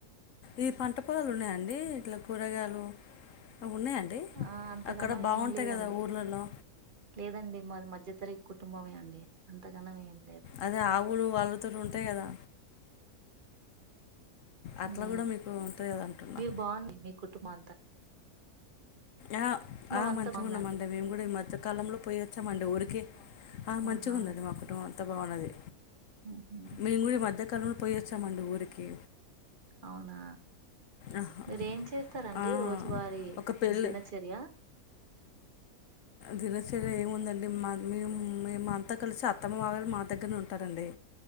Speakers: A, on the left; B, on the right.
A: ఈ పంట పొలాలు ఉన్నాయండి ఇట్లా కూరగాయలు ఉన్నాయండి
B: ఆ అంతగనం
A: అక్కడ బాగుంటాయి
B: ఏం లేదండి
A: కదా ఊళ్ళలో
B: లేదండి మాది మధ్య తరగ కుటుంబమే అండి అంతగనమ్ ఏమి
A: అదే ఆవులు వాళ్ళతోనీ ఉంటాయి కదా అట్లా
B: ఉం
A: కూడా మీకు ఉంటాయి కదా అంటున్నా
B: మీరు బాగుంది మీ కుటంబం అంత
A: ఆ ఆ
B: అంతా
A: మంచిగా
B: బాగుందండి
A: ఉన్నామండి మేము కూడా ఈ మధ్యకాలంలో పోయి వచ్చామండి ఊరికి ఆ మంచిగా
B: ఆహా
A: ఉండండి మా కుటుంబం ఎంత బాగున్నది
B: ఉహు
A: మేం కూడ ఈ మధ్యకాలంలో పోయి వచ్చామండి ఊరికి
B: అవునా
A: ఆహ్!
B: మీరు ఏం చేస్తారండి
A: ఆ!
B: రోజువారి
A: ఒక పెళ్ళి
B: దినచర్య
A: దినచర్య ఏముందండి మేమంతా కలిసి అత్తమ్మ వాల్లు మా దగ్గరనే ఉంటారండి